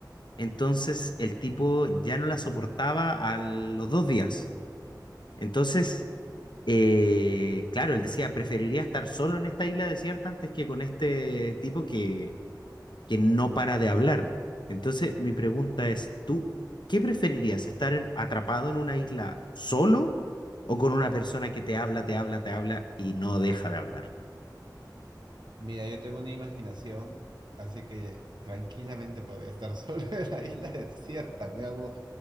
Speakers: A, on the left; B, on the right.
A: Entonces el tipo ya no la soportaba a los dos días. Entonces, eh, claro, él decía, preferiría estar solo en esta isla desierta antes que con este tipo que, que no para de hablar. Entonces, mi pregunta es, ¿tú qué preferirías? ¿Estar en- atrapado en una isla solo o con una persona que te habla, te habla, te habla y no deja de hablar?
B: mira, yo tengo una imaginación, así que tranquilamente podría estar solo <laughs> en la isla desierta. Me hago,